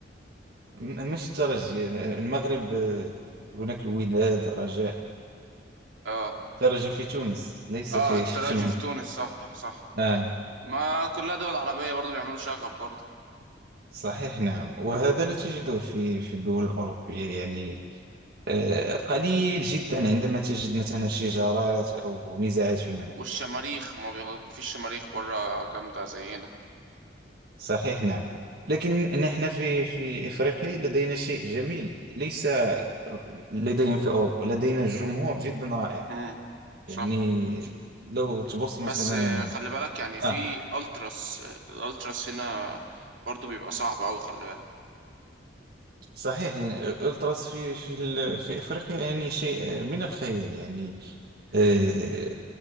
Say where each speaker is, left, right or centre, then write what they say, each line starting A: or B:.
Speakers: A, on the right (about 55°); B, on the right (about 85°).
A: م- مش الترجي المغرب آه، هناك الوداد الرجاء
B: اه
A: الترجي في تونس ليس
B: اه
A: في
B: التراجي
A: في المغرب
B: في تونس صح صح
A: آه
B: ما كلها دول عربية برضو بيعملوا شغب برضو
A: صحيح نعم وهذا لا تجده في في الدول الأوروبية يعني آه، قليل جدا عندما تجد مثلا شجارات أو نزاعات في الملعب
B: والشماريخ ما بيغ... مفيش شماريخ بره جامدة زي هنا
A: صحيح نعم لكن نحن في في إفريقيا لدينا شيء جميل ليس لدينا في أوروبا لدينا جمهور جدا رائع
B: امم صح
A: يعني لو تبص مثلا
B: بس آه، خلي بالك يعني في
A: آه
B: التراس آه، الالتراس هنا برضو بيبقى صعب أوي خلي بالك
A: صحيح يعني الألتراس في في ال- في إفريقيا يعني شيء من الخيال يعني آه،